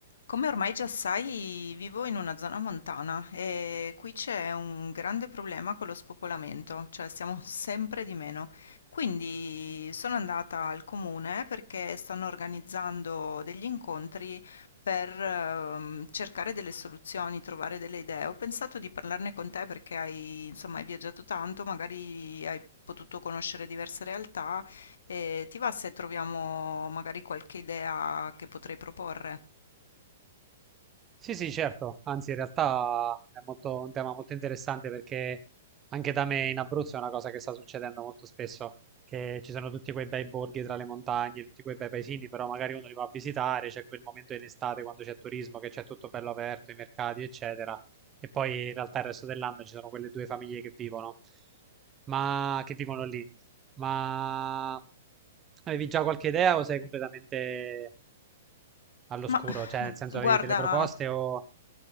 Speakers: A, on the left; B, on the right.
A: Come ormai già sai, vivo in una zona montana e qui c'è un grande problema con lo spopolamento, cioè siamo <laughs> sempre di meno. Quindi sono andata al comune perché stanno organizzando degli incontri per ehm, cercare delle soluzioni, trovare delle idee. Ho pensato di parlarne con te perché hai, insomma, hai viaggiato tanto, magari hai potuto conoscere diverse realtà e ti va se troviamo magari qualche idea che potrei proporre?
B: Sì, sì, certo, anzi in realtà è molto, un tema molto interessante perché anche da me in Abruzzo è una cosa che sta succedendo molto spesso, che ci sono tutti quei bei borghi tra le montagne, tutti quei bei paesini, però magari uno li va a visitare, c'è quel momento in estate quando c'è turismo, che c'è tutto bello aperto, i mercati, eccetera, e poi in realtà il resto dell'anno ci sono quelle due famiglie che vivono, ma che vivono lì. Ma avevi già qualche idea o sei completamente all'oscuro?
A: Ma
B: Cioè, nel senso
A: guarda,
B: avevi delle proposte o...